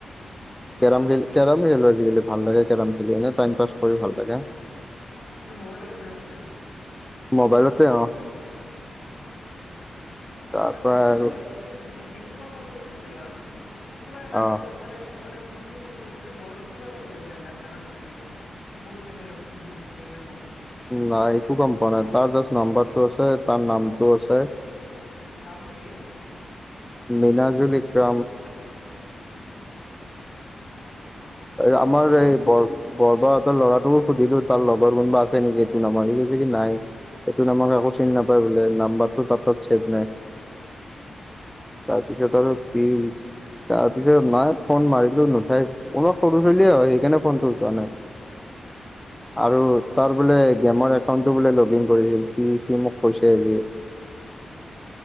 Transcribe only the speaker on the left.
অকল মোবাইলতে কেৰম খেলি থাকা।
তুমি সেই
যি- যিটোৱে তোমাক ফোন কৰিছিল যে ল'ৰাটো সিটো মানে এ
মানে মানে যিটো তুমি ফোন কৰিছিল যে বয়স কিমান মান হব এনে আনডাচ জানা নেকি গম পাইছা? ক'ত থাকে লোকেচনতো গৈ কেনি গম পাইছা নেকি?
নামটো কি আছিল তাৰ?
আচ্ছা।
মানে কি
<inaudible>
<inaudible>